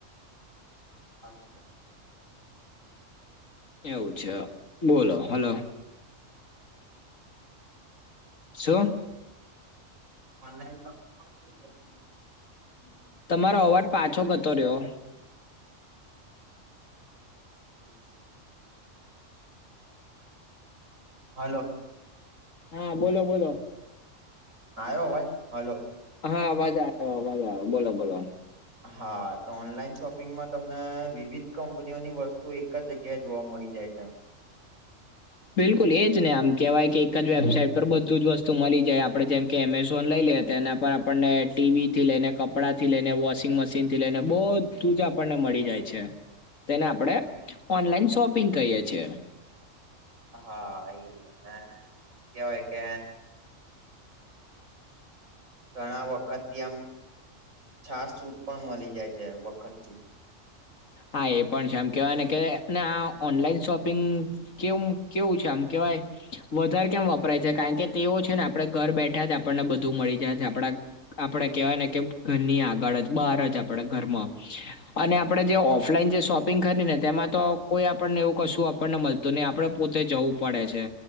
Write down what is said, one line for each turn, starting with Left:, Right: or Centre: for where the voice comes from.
Right: હા.
Left: એવું છે બોલો હલો. શું?
Right: ઓનલાઈન શોપિંગ પર <inaudible> કંપની ઉપર
Left: તમારો અવાજ પાછો ગતો રહ્યો.
Right: જેના ફાય હલો.
Left: હા બોલો બોલો.
Right: આયો અવાજ હલો.
Left: હા આવાજ આયો આવાજ આયો બોલો બોલો.
Right: હા તો ઓનલાઈન શોપિંગમાં તમને વિવિધ કંપનીઓની વસ્તુ એક જગ્યાએ જોવા મળી જાય છે.
Left: બિલકુલ એ જ ને આમ કહેવાય કે એક જ વેબસાાઈટ પર બધું જ વસ્તુ મલી જાય આપડે જેમ કે એમેઝોન લઈ લે હતા એના પર આપણને ટીવી થી લઈને કપડાંથી લઈને વોશિંગ મશીન થી લઈને બ ધુંજ આપણને મળી જાય છે તેને આપડે ઓનલાઈન શોપિંગ કહીએ છે.
Right: હા, એ તને કેવાય કે ઘણા વખતથી આમ છાસ છૂટ પણ મળી જાય છે વખતથી.
Left: હા એ પણ છે આમ કેહેવાય ને કે, ને આ ઓનલાઈન શોપિંગ કેમ કેવું છે, આમ કેવાય વધારે કેમ વપરાય છે, કારણ કે તેઓ છે, ને આપડે ઘર બેઠા જ આપણને બધું મળી જાય આપડા આપડે કેવાય ને કે ઘરની આગળ જ બહાર જ આપડે ઘરમાં અને આપડે જે ઓ ઓફલાઈન જે શોપિંગ કરી ને તેમાં તો કોઈ આપણને એવું કશું આપણને મળતું નહી, આપડે પોતે જવું પડે છે.